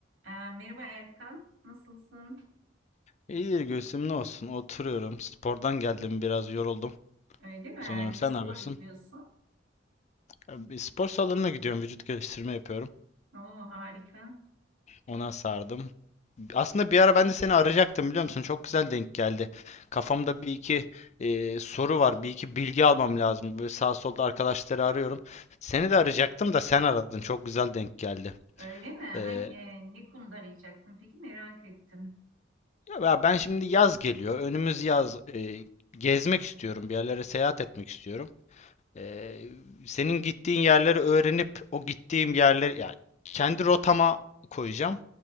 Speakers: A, on the right (about 85°); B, on the left (about 35°).
A: Ee, merhaba Erkan, nasılsın?
B: İyidir Gülsüm ne olsun oturuyorum. Spordan geldim biraz yoruldum.
A: Öyle mi?
B: Uzanıyorum. Sen
A: Ne spor
B: ne yapıyorsun?
A: yapıyorsun?
B: E, bir Spor salonuna gidiyorum. Vücut geliştirme yapıyorum.
A: Oo harika.
B: Ona sardım. Aslında bir ara ben de seni arayacaktım biliyor musun? Çok güzel denk geldi. Kafamda bir iki e, soru var. Bir iki bilgi almam lazım. Böyle sağ solda arkadaşları arıyorum. Seni de arayacaktım da sen aradın. Çok güzel denk geldi.
A: Öyle mi? Hangi,
B: E,
A: e, ne konuda arayacaktın? Peki merak ettim.
B: ya ben şimdi yaz geliyor. Önümüz yaz. E, gezmek istiyorum. Bir yerlere seyahat etmek istiyorum. Ee, senin gittiğin yerleri öğrenip o gittiğim yerleri yani kendi rotama koyacağım.